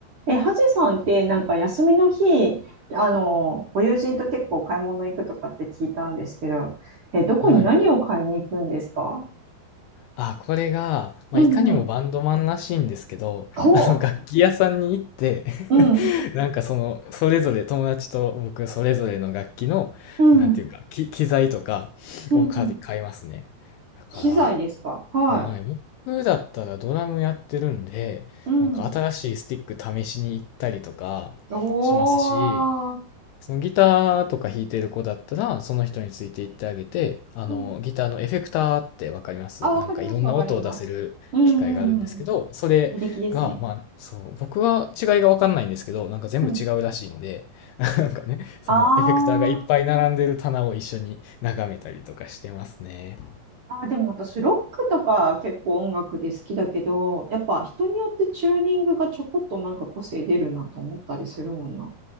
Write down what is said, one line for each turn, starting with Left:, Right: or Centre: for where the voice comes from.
Right: え、ハジさんってなんか休みの日、あの、ご友人と結構買い物行くとかって聞いたんですけど、え、どこに何を買いに行くんですか
Left: はい。あ、これが、まあ、
Right: うんうん。
Left: いかにもバンドマンらしいんですけど、
Right: ほう。
Left: あの、楽器屋さんに行って
Right: うん。
Left: <laughs> なんかその、それぞれ友達と僕それぞれの楽器の、
Right: うん。
Left: なんていうか、き、機材とかを買い買いますね。
Right: うんうん。
Left: だか
Right: 機材ですかはい。
Left: ら、はい、僕だったらドラムやってるんで、
Right: うん。
Left: なんか新しいスティック試しに行ったりとかしますし、
Right: おー。
Left: そのギターとか弾いてる子だったら、その人について行ってあげて、あの、
Right: うん。
Left: ギターのエフェクターってわかりますなんかいろんな音を出せる機械があるんですけど、
Right: あ、わかります、わかります。うんうんうん。
Left: それが、
Right: 履歴ですね。
Left: まあ、そう、僕は違いがわかんないんですけど、なんか全部違うらしいんで、
Right: うん。
Left: <laughs> なんかね、そのエフェクターがいっぱい並んでる棚を一緒に眺めたりとかしてますね。
Right: ああーああ、でも私、ロックとか結構音楽で好きだけど、やっぱ人によってチューニングがちょこっとなんか個性出るなと思ったりするもんな。